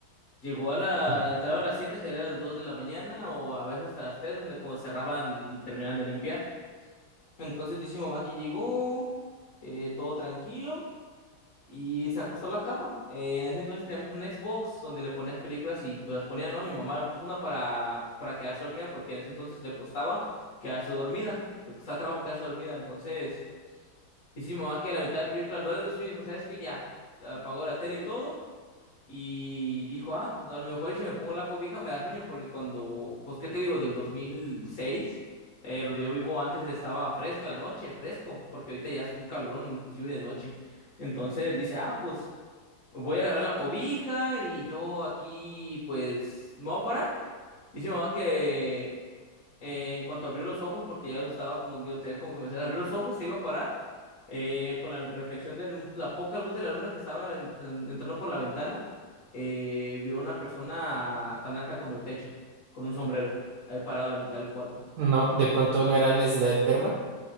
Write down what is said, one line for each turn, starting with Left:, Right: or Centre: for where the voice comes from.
Left: Llegó a la,
Right: Sí.
Left: entraba a las siete sería a las 2 de la mañana o a veces hasta las 3 donde cuando cerraban y terminaban de limpiar. Entonces dice mi mamá que llegó, eh, todo tranquilo. Y se acostó a la cama. Eh, en ese entonces teníamos un Xbox donde le ponías películas y pues las ponía, ¿no? Mi mamá le puso una para, pues, para quedarse dormida porque en ese entonces le costaba quedarse dormida. Le costaba trabajo quedarse dormida. Entonces, dice mi mamá que a la mitad de película no le dio sueño y dijo, ¿sabes qué? Ya. Apagó la tele y todo. Y dijo, ah, pues a lo mejor y si me pongo la cobija me da sueño porque cuando, pues, ¿qué te digo? Del 2006, eh, donde yo vivo antes estaba fresca la noche, fresco, porque ahorita ya es un calorón inclusive de noche. Entonces dice, ah, pues voy a agarrar la cobija y yo aquí, pues, me voy a parar. Dice mi mamá que eh, en cuanto abrió los ojos, porque ya los estaba como, yo tenía como que me abrió los ojos, se iba a parar, eh, con la reflexión de lu- la poca luz de la luna que estaba ent- entrando por la ventana, eh, vio una persona tan alta como el techo, con un sombrero, ahí parado a la mitad del cuarto.
Right: No, de pronto no era el Slenderman.